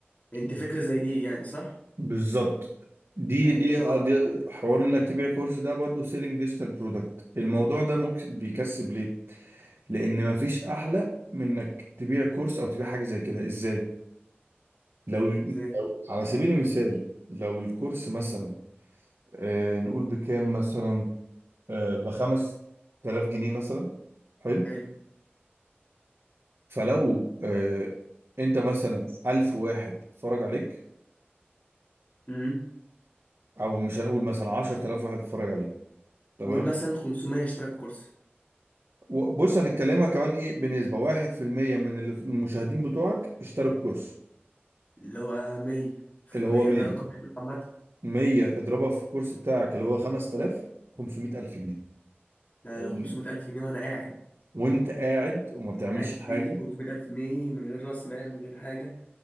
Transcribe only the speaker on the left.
انت
فكره زي دي يعني صح
آه،
جمعت
بقى
ازاي
مم.
حلو
امم
قول مثلا 500 اشترك كورس
اللي هو 100
100
ده
رقم حلو عامه
ده
لو 500000 جنيه وانا قاعد
أنا قاعد في
بيتي ب 500000 جنيه من غير راس مال من غير حاجه